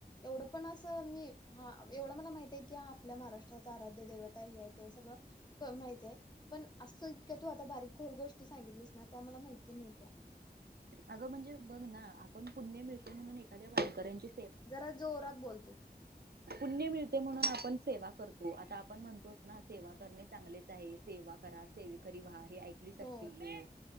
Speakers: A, on the left; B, on the right.
A: एवढं पण असं मी हा एवढं मला माहित हाय की हा आपल्या महाराष्ट्राच आराध्य दैवत हाय हे हाय ते हाय सगळं माहित आहे, पण असं इतक्या तू आता बारीक खोलं गोष्टी सांगितलीस ना त्या मला माहिती नव्हत्या.
B: अगं म्हणजे बघ ना आपण पुण्य मिळते म्हणून एखाद्या वनकऱ्यांची
A: जरा जोरात बोल तू!
B: पुण्य मिळते म्हणून आपण सेवा करतो, आता आपण म्हणतोच ना सेवा करणे चांगलेच आहे, सेवा करा सेवेकरी व्हा. हे ऐकलीच
A: हो
B: असतील तू.